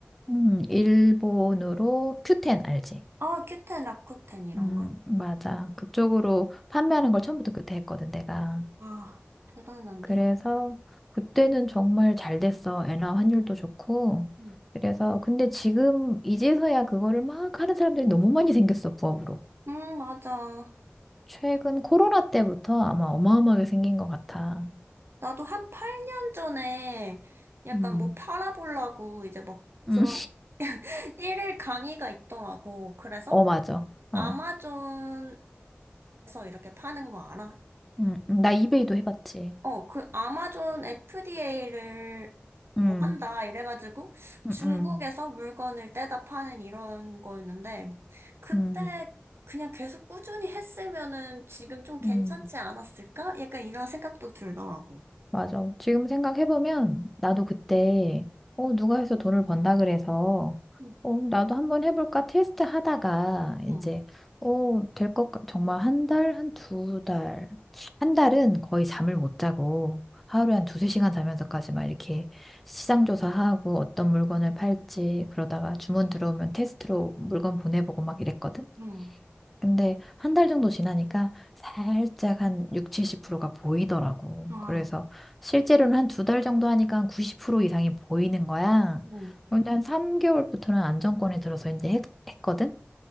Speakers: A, in the centre; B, on the right (about 70°).
A: 음, 일본으로 큐텐 알지?
B: 어, 큐텐, 라쿠텐 이런
A: 음,
B: 거.
A: 맞아. 그쪽으로 판매하는 걸 처음부터 그때 했거든, 내가.
B: 아, 대단한데?
A: 그래서 그때는 정말 잘 됐어. 엔화 환율도 좋고.
B: 음,
A: 그래서 근데 지금 이제서야 그거를 막 하는 사람들이 너무 많이 생겼어, 부업으로.
B: 음, 맞아.
A: 최근 코로나 때부터 아마 어마어마하게 생긴 것 같아.
B: 나도 한 8년 전에 약간
A: 음.
B: 뭐 팔아보려고 이제 막 그런
A: 음.
B: <laughs> 일일 강의가 있더라고. 그래서
A: 어, 맞아. 어.
B: 아마존에서 이렇게 파는 거 알아?
A: 음, 음. 나 이베이도 해봤지.
B: 어, 그 아마존 FDA를 뭐
A: 음,
B: 한다 이래가지고
A: 음,
B: 중국에서
A: 음,
B: 물건을 떼다 파는 이런 거였는데 그때
A: 음,
B: 그냥 계속 꾸준히 했으면은 지금 좀 괜찮지
A: 음.
B: 않았을까? 약간 이런 생각도 들더라고.
A: 맞아. 지금 생각해보면 나도 그때, 어, 누가 해서 돈을 번다 그래서,
B: 응,
A: 어, 나도 한번 해볼까 테스트 하다가, 이제,
B: 응,
A: 어, 될 것, 같- 정말 한 달, 한 두 달. 한 달은 거의 잠을 못 자고, 하루에 한 두세 시간 자면서까지 막 이렇게 시장 조사하고 어떤 물건을 팔지, 그러다가 주문 들어오면 테스트로 물건 보내보고 막 이랬거든?
B: 응.
A: 근데 한 달 정도 지나니까 살짝 한 6, 70%가 보이더라고.
B: 아,
A: 그래서 실제로는 한 두 달 정도 하니까 한 90% 이상이 보이는 거야.
B: 응.
A: 근데 한 3개월부터는 안정권에 들어서 이제 했, 했거든?